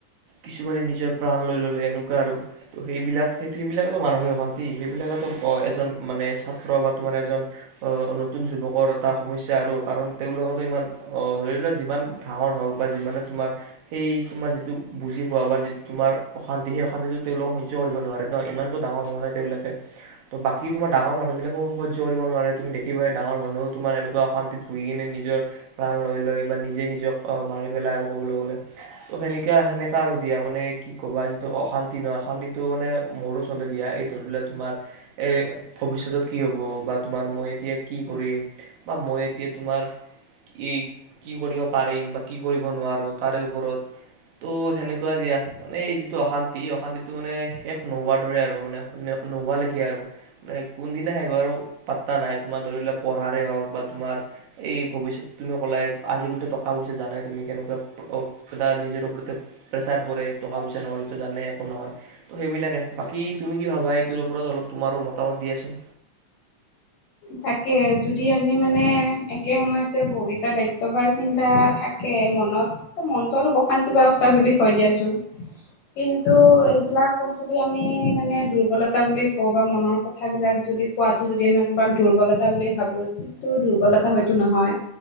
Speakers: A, on the right; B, on the left.
A: কিছুমানে নিজৰ প্ৰাণ লৈ ল'লে এনেকুৱা আৰু ত সেইবিলাক সেই সেইবিলাকো মানসিক অশান্তি সেইবিলাকতো এজন মানে ছাত্ৰ বা তোমাৰ এজন আহ নতুন যুৱকৰ এটা সমস্যা আৰু কাৰণ তেওঁলোকেতো ইমান আহ ধৰি যিমান ডাঙৰ হওঁক বা যিমানে তোমাৰ এই তোমাৰ যিটো বুজি পোৱা বা তোমাৰ অশান্তি সেই অশান্তিটো তেওঁওলোকক সহ্য কৰিব নোৱাৰে নহয় ইমানটো হোৱা নাই তেওঁলোকে ত বাকী তোমাৰ মানুহ বিলাকো সহ্য কৰিব নোৱাৰে তুমি দেখিবা ডাঙৰ মানুহো তোমাৰ এনেকুৱা অশান্তিত কিনে নিজৰ প্ৰাণ লৈ লয় বা নিজে নিজক মাৰি পেলায় আৰু ক'বলৈ গ'লে ত সেনেকা সেনেকা আৰু দিয়া মানে কি কবা যিটো অশান্তি নহয় অশান্তিটো মানে মোৰ দিয়া এই ধৰিল তোমাৰ এই ভৱিষ্যতত কি হ'ব বা তোমাৰ মই এতিয়া কি কৰিম মই এতিয়া তোমাৰ ই কি কৰিব পাৰিম বা কি কৰিব নোৱাৰোঁ তাৰে ওপৰত ত' সেনেকুৱা দিয়া মানে এই যিটো অশান্তি অশান্তিটো মানে শেষ নোহোৱাৰ দৰে আৰু মানে নোহোৱালৈকে আৰু কোনদিনা শেষ হয় আৰু পাত্তা নাই তোমাৰ ধৰি লোৱা পঢ়াৰে হওঁক বা তোমাৰ এই ভৱিষ্যত তুমি ক'লাই আজিকালিতো টকা পইচা জানাই তুমি কেনেকুৱা নিজৰ ওপৰতে প্ৰেছাৰ পৰে টকা পইচা নহলেতো জানে একো নহয় ত' সেইবিলাকে বাকী তুমি কি ভাবা এইটোৰ ওপৰত অলপ তোমাৰো মতামত দিয়াচোন
B: থাকে যদি আমি মানে একে সময়তে বহুকেইটা দায়িত্ব বা চিন্তা থাক মনত মনটো অলপ অশান্তি বা উ চাভাবিক হয় দিয়াচোন কিন্তু এইবিলাকক যদি আমি মানে দুৰ্বলতা বুলি কওঁ বা মনৰ কথাবিলাক যদি কোৱাটো যদি আমি কাৰোবাক দুৰ্বলতা বুলি ভাবো কিন্তু দুৰ্বলতা হয়তো নহয়